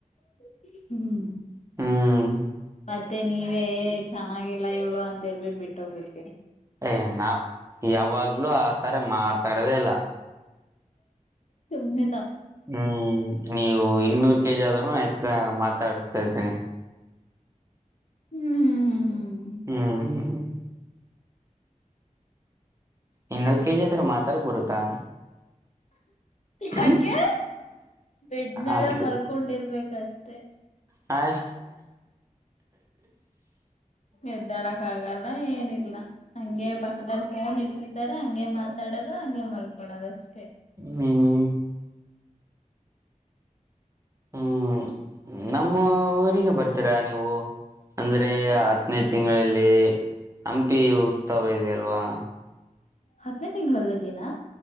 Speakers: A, on the left; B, on the right.
A: ಹ್ಮ್
B: ಹ್ಮ್
A: ಮತ್ತೆ ನೀವೇ ಚೆನ್ನಾಗಿಲ್ಲ ಇವಳು ಅಂತ ಎೇಳ್ಬಿಟ್ಟ ಬಿಟ್ಟೋಗದಿ
B: ಏ ನಾವ ಯಾವಾಗ್ಲೂ ಆ ತರ ೆ ಮಾತಾಡೋದೇ ಇಲ್ಲ
A: ಸುಮ್ಮ
B: ಹ್ಮ ಹ ನೀವು ಇನ್ನೂರ್ ಕೆಜಿ ಆದ್ರೂ ಹೆಚ್ಚ ಮಾತಾಡಸ್ತಾ ಇರ್ತೀನಿ
A: ಹ್ಮ್ ಹ್ಮ್ ಹ್ಮ್ ಹ್ಮ್
B: ಹ್ಮ್ ಇನ್ನೂರ್ ಕೆಜಿ ಆದ್ರ ಮಾತಾಡಕ್ ಬರುತ್ತಾ
A: ಯಾಕೆ
B: ಹ್ಮ್
A: ಬೆಡ್ಮೇಲೆ
B: ಅಂತ
A: ಮಲ್ಕೊಂಡಿರ್ಬೇಕಷ್ಟೆ
B: ಅ
A: ಎದ್ದಾಡಕ್ ಆಗಲ್ಲ ಲ್ಲ ಏನಿಲ್ಲ ಹಂಗೆ ಪಕ್ಕದಲ್ಲಿ ಫೋನ್ ಇಟ್ಟಿರ್ತಾರೆ ಹಂಗೆ ಮಾತಾಡೋದು ಹಂಗೆ ಮಲ್ಕೊಳೋದು ಅಷ್ಟೇ
B: ಹ್ಮ್ ಹ್ಮ್ ನಮ್ಮ ಊರಿಗೆ ಬರ್ತೀರಾ ನೀವು ಅಂದ್ರೆ
A: ಬಾ
B: ಹತ್ತನೇದು ತಿಂಗಳಲ್ಲಿ ಲ್ಲಿ ಹಂಪಿ ಉತ್ಸವ ಇದೆ ಅಲ್ವಾ
A: ಹತ್ತನೇ ತಿಂ್ಗಳಲ್ಲ ಇದೀನಾ